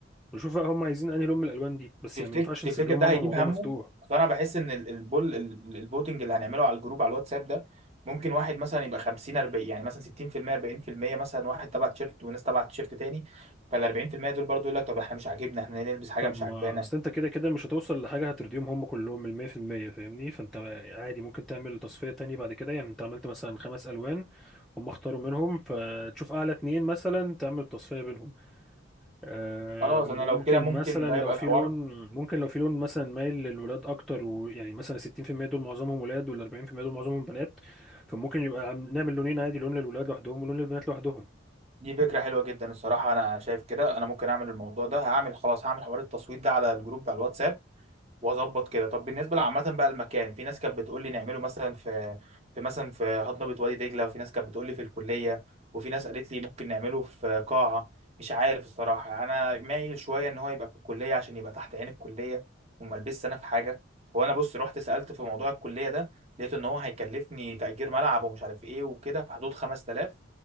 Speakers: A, in the centre; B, on the right.
A: ونشوف بقى هم عايزين انهي لون من الالوان دي بس
B: تفتكر
A: يعني ما ينفعش
B: تفتكر
A: نسيب لهم
B: ده
A: هم
B: هيجيب
A: الموضوع
B: همه
A: مفتوح
B: اصل انا بحس ان ال- البول ال- الفوتنج اللي هنعمله على الجروب على الواتساب ده ممكن واحد مثلا يبقى 50 40 يعني مثلا 60% 40% مثلا واحد تبع تيشيرت وناس تبع تيشيرت تاني فال 40% دول برضو يقول لك طب احنا مش عاجبنا احنا ليه نلبس حاجه
A: طب
B: مش
A: ما
B: عاجبانا
A: اصل انت كده كده مش هتوصل لحاجه هترضيهم هم كلهم ال 100% فاهمني فانت عادي ممكن تعمل تصفيه تاني بعد كده يعني انت عملت مثلا خمس الوان هم اختاروا منهم فتشوف اعلى اتنين مثلا تعمل تصفيه بينهم آه،
B: خلاص
A: ممكن
B: انا لو كده ممكن
A: مثلا
B: ده يبقى
A: لو في
B: الحوار
A: لون ممكن لو في لون مثلا مايل للولاد اكتر ويعني مثلا 60% دول معظمهم ولاد وال 40% دول معظمهم بنات فممكن يبقى عم- نعمل لونين عادي لون للولاد لوحدهم ولون للبنات لوحدهم
B: دي فكره حلوه جدا الصراحه انا شايف كده انا ممكن اعمل الموضوع ده هعمل خلاص هعمل حوار التصويت ده على الجروب على الواتساب واظبط كده طب بالنسبه لعامه بقى المكان في ناس كانت بتقول لي نعمله مثلا في في مثلا في هضبه وادي دجله وفي ناس كانت بتقول لي في الكليه وفي ناس قالت لي ممكن نعمله في قاعه مش عارف الصراحه يعني انا مايل شويه ان هو يبقى في الكليه عشان يبقى تحت عين الكليه وما البسش انا في حاجه هو انا بص رحت سالت في موضوع الكليه ده لقيت ان هو هيكلفني تاجير ملعب ومش عارف ايه وكده في حدود 5000